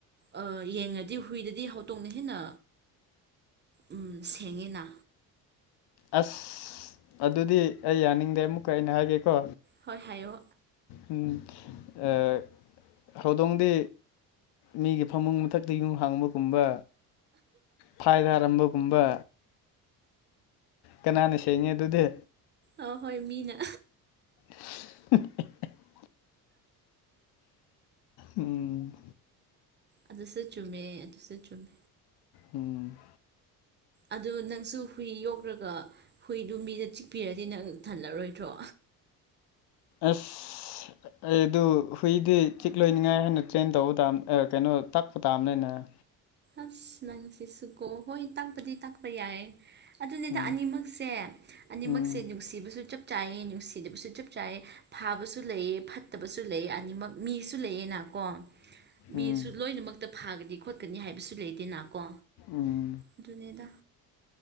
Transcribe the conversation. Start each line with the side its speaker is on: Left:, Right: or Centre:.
Right: ꯑꯥ ꯌꯦꯡꯉꯗꯤ ꯍꯨꯏꯗꯗꯤ ꯍꯧꯗꯣꯡꯅ ꯍꯦꯟꯅ ꯎꯝ ꯁꯦꯡꯉꯦꯅ
Left: ꯑꯁ ꯑꯗꯨꯗꯤ ꯑꯩ ꯌꯥꯅꯤꯡꯗꯦ ꯑꯃꯨꯛꯀ ꯑꯩꯅ ꯍꯥꯏꯒꯦ ꯀꯣ
Right: ꯍꯣꯏ ꯍꯥꯏꯌꯣ
Left: ꯎꯝ ꯑꯥ ꯍꯧꯗꯣꯡꯗꯤ ꯃꯤꯒꯤ ꯐꯃꯨꯡ ꯃꯊꯛꯇ ꯌꯨꯡ ꯍꯥꯡꯕꯒꯨꯝꯕ ꯐꯥꯏꯗꯔꯝꯕꯒꯨꯝꯕ ꯀꯅꯥꯅ ꯁꯦꯡꯉꯦ ꯑꯗꯨꯗꯤ
Right: ꯑꯥ ꯍꯣꯏ ꯃꯤꯅ
Left: ꯍꯍ ꯎꯝ
Right: ꯑꯗꯨꯁꯨ ꯆꯨꯝꯃꯦ ꯑꯗꯨꯁꯨ ꯆꯨꯝꯃꯦ
Left: ꯎꯝ
Right: ꯑꯗꯨ ꯅꯪꯁꯨ ꯍꯨꯏ ꯌꯣꯛꯂꯒ ꯍꯨꯏꯗꯨ ꯃꯤꯗ ꯆꯤꯛꯄꯤꯔꯗꯤ ꯅꯪ ꯊꯜꯂꯔꯣꯏꯗ꯭ꯔꯣ
Left: ꯑꯁ ꯑꯩ ꯑꯗꯨ ꯍꯨꯏꯗꯤ ꯆꯤꯛꯂꯣꯏꯅꯤꯡꯉꯥꯏ ꯍꯥꯏꯅ ꯇ꯭ꯔꯦꯟ ꯇꯧꯕ ꯇꯥꯝ ꯑꯥ ꯀꯩꯅꯣ ꯇꯥꯛꯄ ꯇꯥꯝꯅꯤꯅꯦ ꯑꯥ
Right: ꯑꯁ ꯅꯪꯁꯤꯁꯨꯀꯣꯑꯣ ꯍꯣꯏ ꯇꯥꯛꯄꯗꯤ ꯇꯥꯛꯄ ꯌꯥꯏꯌꯦ ꯑꯗꯨꯅꯤꯗ
Left: ꯎꯝ
Right: ꯑꯅꯤꯃꯛꯁꯦ ꯑꯅꯤꯃꯛꯁꯦ
Left: ꯎꯝ
Right: ꯅꯨꯡꯁꯤꯕꯁꯨ ꯆꯞ ꯆꯞ ꯆꯥꯏꯌꯦ ꯅꯨꯡꯁꯤꯗꯕꯁꯨ ꯆꯞ ꯆꯥꯏ ꯐꯥꯕꯁꯨ ꯂꯩꯌꯦ ꯐꯠꯇꯕꯁꯨ ꯂꯩꯌꯦ ꯑꯅꯤꯃꯛ ꯃꯤ ꯂꯩꯌꯦꯅꯀꯣ ꯃꯤꯁꯨ
Left: ꯎꯝ
Right: ꯂꯣꯏꯅꯃꯛꯇ ꯐꯒꯅꯤ ꯈꯣꯠꯀꯅꯤ ꯍꯥꯏꯕ ꯂꯩꯇꯦꯅ ꯀꯣ
Left: ꯎꯝ
Right: ꯑꯗꯨꯅꯦꯗ